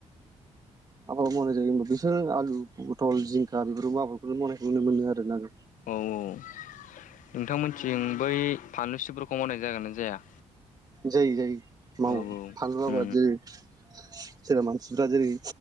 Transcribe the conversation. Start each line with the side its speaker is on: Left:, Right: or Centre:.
Right: आबाद मावनाय जायो होमबा बिसोरो आलु पथल जिंखा बेफोरखौबो आबादखौनो मावनायखौ नुनो मोनो आरोना
Left: औ औ नोंथांमोनथिं बै फानलुसिब्रखौ मावनाय जागोना जाया?
Right: जायो जायो मावो
Left: औ
Right: फानलु आबाद
Left: उम
Right: जेरै जेरै मानसिपफ्रा जेरै